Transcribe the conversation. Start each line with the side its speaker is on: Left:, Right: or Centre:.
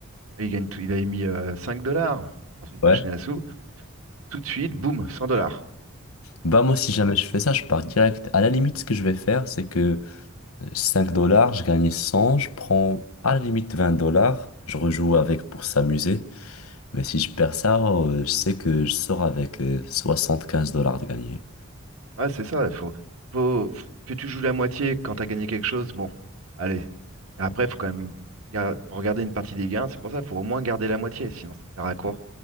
Right: et il gagne tout, il avait mis euh, 5 dollars dans une machine
Left: Ouais.
Right: à sous. Tout de suite, boum, 100 dollars.
Left: Bah, moi, si
Right: Ouais,
Left: jamais je fais ça, je pars direct. À la limite, ce que je vais faire, c'est que 5 dollars, je gagne 100 je prends à la limite 20 dollars, je rejoue avec pour s'amuser. Mais si je perds ça, euh, je sais que je sors avec euh, quinze dollars de gagné.
Right: Ouais, c'est ça. Il faut, faut que tu joues la moitié quand tu as gagné quelque chose. Bon, allez. Mais après, il faut quand même, gar- pour garder une partie des gains, c'est pour ça, il faut au moins garder la moitié. Sinon, ça sert à quoi?